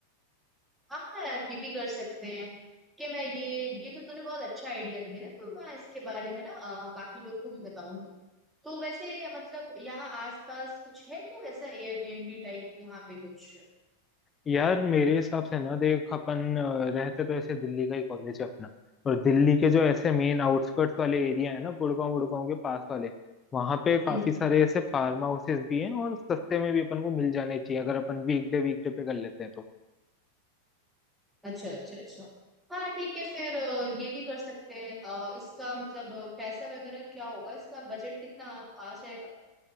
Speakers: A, in the centre; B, on the left.
A: हाँ हाँ यार ये भी कर सकते हैं कि मैं ये ये तो तूने बहुत अच्छा आइडिया दिया है तो मैं इसके बारे में ना अ, बाकी लोग को भी बताऊंगी तो वैसे मतलब यहाँ आसपास कुछ है क्या वैसा एयरबीएनबी टाइप यहाँ पे कुछ
B: यार मेरे हिसाब से ना देख अपन अ, रहते तो ऐसे दिल्ली का ही कॉलेज है अपना और दिल्ली के जो ऐसे मेन आउटस्कर्ट्स वाले एरिया है ना गुड़गांव गुड़गांव के पास वाले वहां पे काफी
A: हम्म
B: सारे ऐसे फार्म हाउसेस भी हैं और सस्ते में भी अपन को मिल जाने चाहिए अगर अपन वीकडे वीकडे पे कर लेते हैं तो
A: अच्छा अच्छा अच्छा हाँ ठीक है फिर अ, ये भी कर सकते हैं अ, इसका मतलब अ, पैसा वगैरह क्या होगा इसका बजट कितना आ आ जाएगा